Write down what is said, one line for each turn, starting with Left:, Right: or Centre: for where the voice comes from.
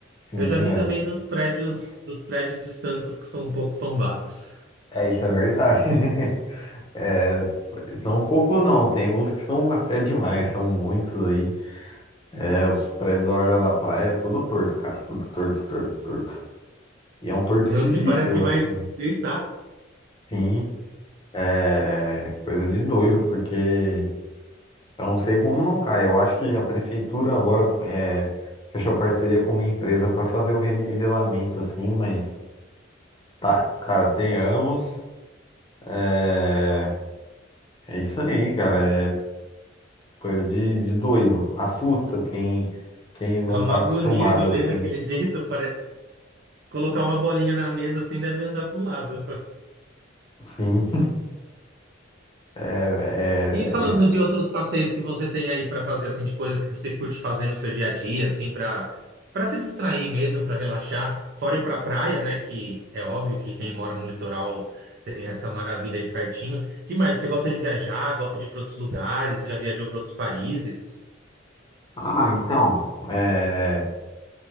Left: Sim,
Right: Eu já vi
Left: é,
Right: também dos prédios, dos prédios de Santos que são um pouco tombados.
Left: é, isso é verdade. <laughs> É, os- não poucos não, tem uns que são até demais, são muitos aí. É, os prédios da Orla da Praia é tudo torto, cara. Tudo torto, torto, torto. E é um torto
Right: Tem
Left: visível,
Right: uns que parece que vai
Left: assim.
Right: deitar,
Left: Sim, é coisa de doido, porque eu não sei como não cai. Eu acho que a prefeitura agora é, fechou parceria com uma empresa para fazer o renivelamento, assim, mas tá, cara, tem anos. É, é isso aí, cara. É coisa de, de doido. Assusta quem, quem não
Right: dá
Left: tá
Right: uma agonia
Left: acostumado,
Right: de
Left: assim.
Right: ver daquele <laughs> jeito, parece. Colocar uma bolinha na mesa assim deve andar pro lado.
Left: Sim, <laughs> é, é,
Right: E falando
Left: é
Right: de outros passeios que você tem aí para fazer, assim, de coisas que você curte fazer no seu dia a dia, assim, para para se distrair mesmo, para relaxar, fora ir para praia, né? Que é óbvio que quem mora no litoral tem essa maravilha aí pertinho. Que mais? Você gosta de viajar? Gosta de ir para outros lugares? Já viajou para outros países?
Left: Ah, então, é,